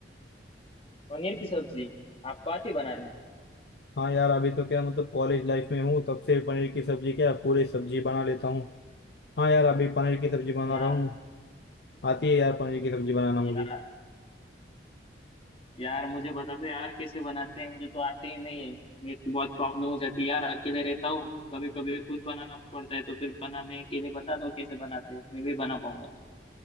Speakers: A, on the left; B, on the left.
A: पनीर की सब्जी आपको आती बनाना
B: हाँ यार अभी तो क्या मतलब कॉलेज लाइफ में हूँ तब से पनीर की सब्जी क्या पूरी सब्जी बना लेता हूँ हाँ यार अभी पनीर की सब्जी बना
A: यार
B: रहा हूँ आती है यार पनीर की सब्जी बनाना मुझे
A: यार यार मुझे बता दो यार कैसे बनाते हैं मुझे तो आते ही नहीं है मेरे को बहुत प्रॉब्लम हो जाती है यार अकेले रहता हूँ कभी कभी खुद बनाना पड़ता है तो फिर बनाने के लिए बता दो कैसे बनाते हैं मैं भी बना पाऊंगा